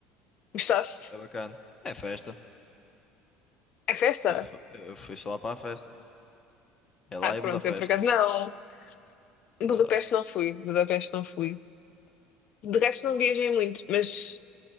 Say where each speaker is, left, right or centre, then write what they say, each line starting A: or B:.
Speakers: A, on the left; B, on the left.
A: Gostaste?
B: É bacana. É festa.
A: É festa?
B: Eu fu- eu fui só lá para a festa. É lá
A: Ah,
B: em
A: pronto,
B: Budapeste.
A: eu por acaso não. Budapeste
B: Lá.
A: não fui, Budapeste não fui. De resto não viajei muito, mas